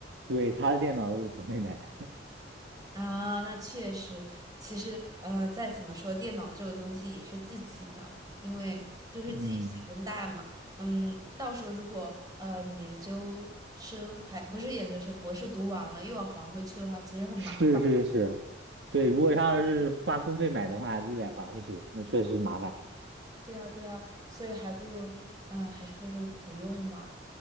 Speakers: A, on the right; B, on the right.
A: 对，他的电脑都是国内买的。
B: 啊，那确实，其实呃，再怎么说，电脑这个东西也是自己的，因为都是自己随身带嘛。
A: 嗯。
B: 嗯，到时候如果呃你研究生还不是研究生，博士读完了又要还回去的话，其实很麻烦。
A: 是是是，对，如果要是花公费买的话，就得还回去，那确实麻烦。
B: 对啊，对啊，所以还不如啊、还是不如不用嘛。